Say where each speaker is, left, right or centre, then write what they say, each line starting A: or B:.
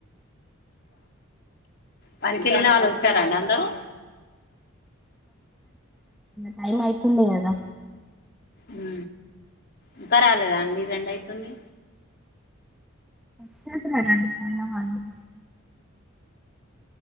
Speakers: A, on the left (about 50°); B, in the centre.
A: పనికి వెళ్లిన వాళ్లు వచ్చారా అండి అందరూ
B: టైం అవుతుంది కదా
A: యూ ఇంకా రాలేదా అండి రెండు అయితుంది
B: చే రండి పోయినా వా అని